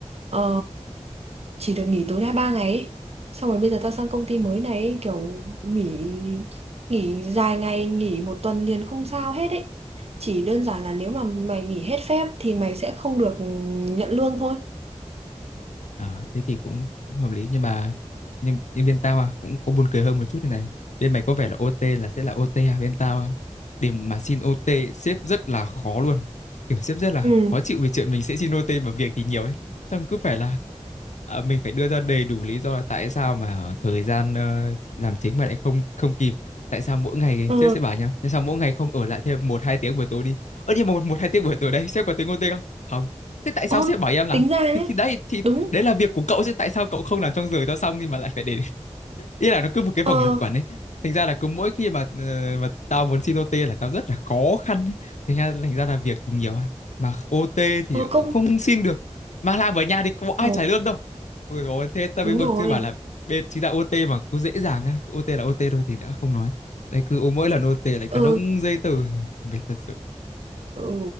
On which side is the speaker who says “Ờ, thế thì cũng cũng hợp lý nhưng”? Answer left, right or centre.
Left